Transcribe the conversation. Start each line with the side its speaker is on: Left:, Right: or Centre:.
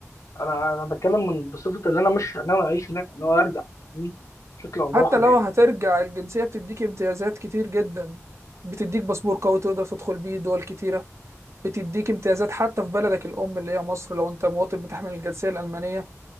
Left: انا انا بتكلم من بصفه ان انا مش ناوي اعيش هناك انا ناوي ارجع يعني بشكل او
Right: حتى
Left: باخر
Right: لو
Left: يعني
Right: هترجع الجنسيه بتديك امتيازات كتير جدا بتديك باسبور قوي تقدر تدخل بيه دول كتيره بتديك امتيازات حتى في بلدك الام اللي هي مصر لو انت مواطن بتحمل الجنسيه الالمانيه